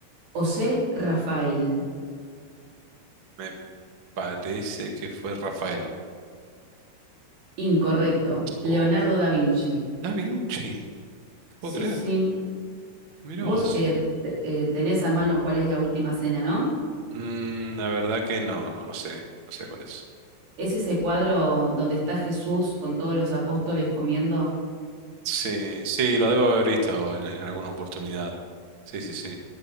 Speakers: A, on the right; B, on the right.
A: O C. Rafael.
B: me parece que fue Rafael.
A: Incorrecto.
B: Oh,
A: Leonardo
B: no.
A: da Vinci.
B: Da Vinci. No Te puedo
A: Sí,
B: creer.
A: sí.
B: Mira
A: Vos
B: vos.
A: eh, t- eh, tenés a mano cuál es la última cena, ¿no?
B: Mm, la verdad que no, no, no sé. No sé cuál es.
A: Es ese cuadro donde está Jesús con todos los apóstoles comiendo.
B: Sí, sí, lo debo haber visto en, en alguna oportunidad. Sí, sí, sí.